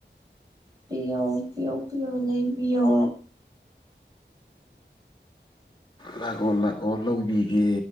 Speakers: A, on the right; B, on the left.
A: ꯄꯤꯌꯣ ꯄꯤꯌꯣ ꯄꯤꯌꯣ ꯂꯩꯕꯤꯌꯣ
B: ꯂꯒꯣꯣꯟ ꯂꯒꯣꯜ ꯂꯕꯤꯒꯦ